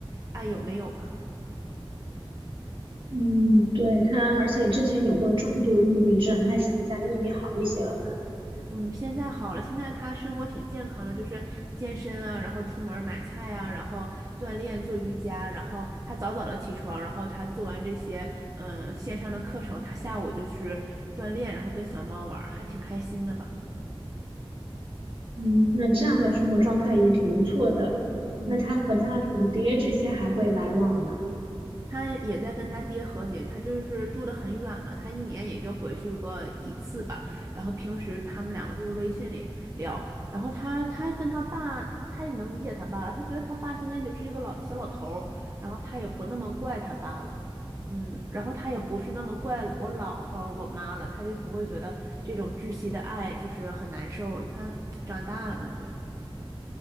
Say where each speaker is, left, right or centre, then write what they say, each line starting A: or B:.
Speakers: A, on the right (about 35°); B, on the right (about 60°).
A: 爱有没有吧？
B: 嗯，对，他，而且之前有过重度抑郁症，他现在抑郁好一些了嘛？
A: 嗯，现在好了，现在他生活挺健康的，就是健身啊，然后出门儿买菜啊，然后锻炼做瑜伽，然后他早早的起床，然后他做完这些嗯线上的课程，他下午就去锻炼，然后跟小猫玩儿还挺开心的吧。
B: 嗯，那这样的生活状态也挺不错的。
A: 嗯。
B: 那他和他什么爹这些还会来往吗？
A: 他也在跟他爹和解，他就是住得很远嘛，他一年也就回去过一次吧。然后平时他们两个就是微信里聊，然后他他跟他爸，他也能理解他爸了，他觉得他爸现在就是一个老小老头儿，然后他也不那么怪他爸了，嗯，然后他也不是那么怪我姥和我妈了，他就不会觉得这种窒息的爱就是很难受了，他长大了感觉。